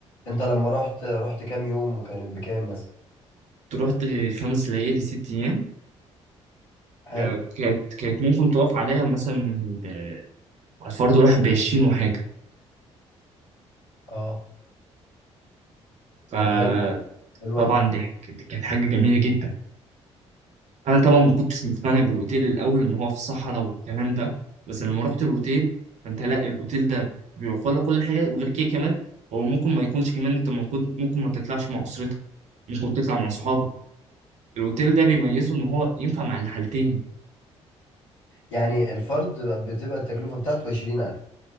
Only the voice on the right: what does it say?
رحت خمس ليالي ست ايام
آه، كانت كانت ممكن تقف عليها مثلا ب- على الفرد الواحد بعشرين وحاجة
فطبعا
ضحك دي كانت حاجة جميلة جدا أنا طبعا ما كنتش مقتنع بالأوتيل الأول إن هو في الصحراء والكلام ده بس لما رحت الأوتيل فأنت لا الأوتيل ده بيوفر لك كل حاجة وغير كده كمان هو ممكن ما يكونش كمان أنت ممكن ممكن ما تطلعش مع أسرتك ممكن تطلع مع أصحابك الأوتيل ده بيميزه إن هو ينفع مع الحالتين